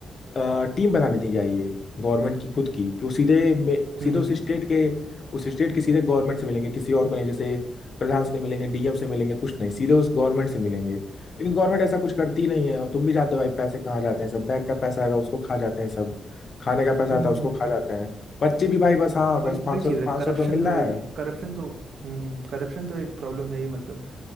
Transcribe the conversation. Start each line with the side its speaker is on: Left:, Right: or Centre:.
Left: टीम बनानी दी चाहिए गवर्नमेंट की खुद की कि वो सीधे में-
Right: हम्म,
Left: सीधे उस स्टेट
Right: हम्म
Left: के उस स्टेट के सीधे गवर्नमेंट से मिलेंगे किसी और को नहीं जैसे प्रधान से नहीं मिलेंगे डीएम से मिलेंगे कुछ नहीं सीधे उस गवर्नमेंट से मिलेंगे लेकिन गवर्नमेंट ऐसा कुछ करती ही नहीं है और तुम भी जानते हो भाई पैसे कहाँ जाते हैं सब बैंक का पैसा आएगा उसको खा जाते हैं सब खाने का पैसा
Right: हम्म,
Left: आता
Right: हम्म,
Left: है उसको खा
Right: हम्म।
Left: जाते हैं बच्चे भी भाई बस हाँ बस
Right: वही वही
Left: पाँच
Right: चीज
Left: सौ
Right: है
Left: पाँच
Right: करप्शन
Left: सौ रुपये मिल
Right: तो
Left: रहा
Right: भाई
Left: है
Right: करप्शन तो हम्म करप्शन तो एक प्रॉब्लम है ही मतलब